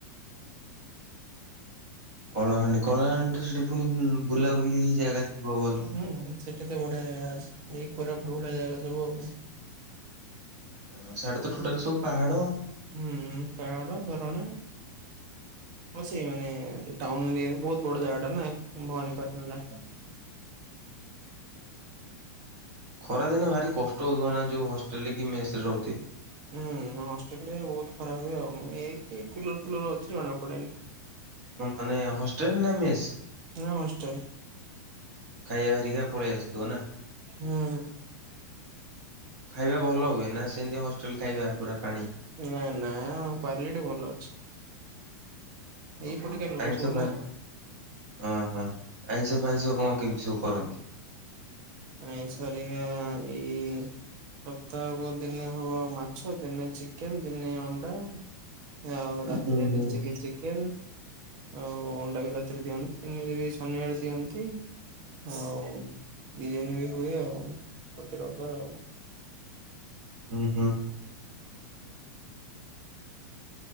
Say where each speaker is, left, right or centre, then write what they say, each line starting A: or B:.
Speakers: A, on the right; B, on the right.
A: କଳାହାଣ୍ଡି କଳାହାଣ୍ଡି ସେଠି ପୁଣି ବୁଲାବୁଲି ଜାଗା ଥିବ ଭଲ।
B: ହୁଁ ସେଠି ତ ବଢିଆ ଏଇ ପରାୁ ଭଳିଆ ଜାଗା ସବୁ ଆଉ
A: ହଁ ସେଢଡେ ତ ଟୋଟାଲ ସବୁ ପାହାଡ।
B: ହୁଁ ପଡ କାରଣ ହଉ ସେଇ ମାନେ ଟାଉନ ଏ ବହୁତ ବଡ ଜାଗା ଟା ନା ଭବାନୀପାଟଣା ଟା
A: ହଁ। ଖରାଦିନେ ଭାରି କଷ୍ଟ ହଉଥିବ ନା ଯୋଉ ହଷ୍ଟେଲ ରେ କି ମେସ ରେ ରହୁଥେ।
B: ହୁଁ ହଷ୍ଟେଲ ରେ ବହୁତ ଖରାପ ହୁଏ ଆଉ ଏ ଫୁଲର ଫୁଲର ଅଛି ଜଣା ପଡେନି।
A: ମାନେ ହୋଷ୍ଟେଲ ନା ମେଷ?
B: ନା ହଷ୍ଟେଲ
A: କାୟହାରରିିକା ପଳେଇ ଆସତୁ ନା।
B: ହୁଁ
A: ଖାଇବା ଭଲ ହୁଏ ନା ସେମିତି ହଷ୍ଟେଲ ଖାଇବା ପୁରା ପାଣି।
B: ନା ନା କୁଆଲିଟି ଭଲ ଅଛି। ଏଇ
A: ଓହୋ
B: ପଟିକା ଲୋକ
A: ଆଇଁଷ
B: ସବୁ
A: ପାଇଁଁ
B: ନା
A: ହଁ ହଁ ଆଇଁଷ ପାଇଁଇଁସ କଣ କେମତି ସବୁ କରନ୍ତି
B: ଆ ସାରଗା ଏଇ ସପ୍ତାହକୁ ଦିନେ ହବ ମାଛ ଦିନେ ଚିକେନ ଦିନେ ଅଣ୍ଡା? ହଉଁଉ ରାତ୍ରରେ
A: ହୁଁ ହୁଁ।
B: ଚିକନ୍ ଚିକେନ ଆଉ ଅଣ୍ଡା ବି ରାତିରେ ଦିଅନ୍ତି ତିନି ଶନିବଳେ ଦିଅନ୍ତି ଆଉ ବିରିୟାନୀ ବି ହୁଏ ଆଉ ପ୍ରତି ରବାର ଆଉ?
A: ହୁଁ ହୁଁ।